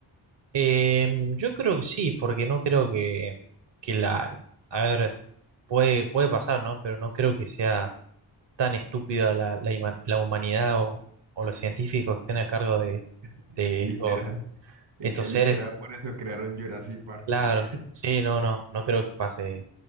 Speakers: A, on the right; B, on the right.
A: Eh, yo creo que sí, porque no creo que, que la... A ver, puede, puede pasar, ¿no? Pero no creo que sea tan estúpida la, la, ima- la humanidad o, o los científicos que estén a cargo de,
B: <laughs>
A: de
B: Literal.
A: estos,
B: Y
A: estos
B: que literal
A: seres.
B: por eso crearon Jurassic Park.
A: Claro,
B: Eh,
A: sí, no, no, no creo que pase.